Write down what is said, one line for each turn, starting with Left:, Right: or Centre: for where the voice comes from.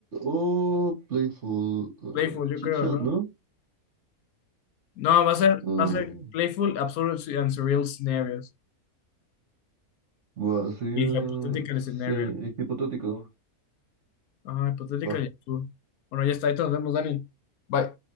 Right: o playful. Ah,
Left: Playful, yo
Right: chitchat,
Left: creo, ¿no?
Right: ¿no?
Left: No, va a ser,
Right: Ah,
Left: va a ser Playful, Absurd and Surreal Scenarios.
Right: va, sería,
Left: Y Hypothetical
Right: sí,
Left: Scenarios.
Right: es hipotético.
Left: Ah, Hypothetical
Right: Va.
Left: y absurd. Bueno, ya está. Ahí te nos vemos, Dani. Bye.